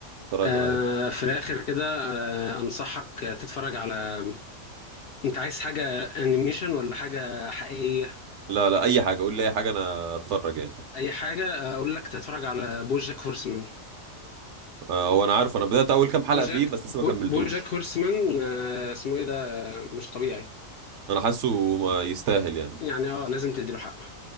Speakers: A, on the right (about 65°); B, on the left (about 65°).
A: اتفرج
B: آه،
A: على ايه
B: في الآخر كده آه، أنصحك تتفرج على أنت عايز حاجة أنيميشن ولا حاجة حقيقية
A: لا لا اي حاجه قول لي اي حاجه انا اتفرج يعني
B: أي حاجة أقول لك تتفرج على بوجاك هورسمان
A: أه، هو انا عارف انا بدات اول كام
B: بوجاك
A: حلقه فيه بس لسه ما
B: بو-
A: كملتوش
B: بوجاك هورسمان آه، اسمه إيه ده آه، مش طبيعي
A: انا حاسه ما يستاهل يعني
B: يعني أه لازم تديله حقه